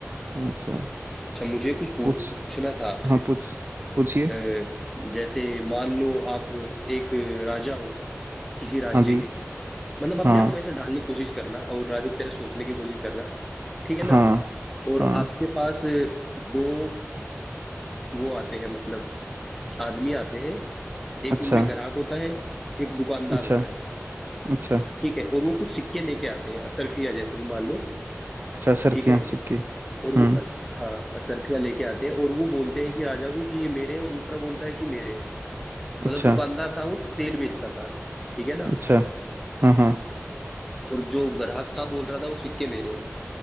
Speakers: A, on the right; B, in the centre.
A: अच्छा
B: अच्छा मुझे कुछ पूछना
A: पूछ
B: था आपसे
A: हाँ पूछ पूछिए
B: अ, जैसे मान लो आप एक राजा हो किसी राज्य
A: हाँ जी
B: के मतलब अपने
A: हाँ
B: आप को ऐसा ढालने की कोशिश करना और राजा की तरह सोचने की कोशिश करना ठीक है
A: हाँ
B: ना और
A: हाँ
B: आपके पास दो वो आते हैं मतलब आदमी आते हैं एक
A: अच्छा
B: उनमें ग्राहक होता है एक दुकानदार
A: अच्छा
B: होता है
A: अच्छा
B: ठीक है और वो कुछ सिक्के लेके आते हैं असरफिया जैसे ही मान लो
A: अच्छा सरफियाँ
B: ठीक है
A: सिक्के
B: और वो
A: हम्म
B: हाँ असरफिया लेके आते हैं और वो बोलते हैं कि राजा को कि ये मेरे हैं और दूसरा बोलता है कि मेरे हैं मतलब
A: अच्छा
B: दुकानदार था वो तेल बेचता था ठीक है ना
A: अच्छा हाँ हाँ
B: और जो ग्राहक था बोल रहा था वो सिक्के मेरे हैं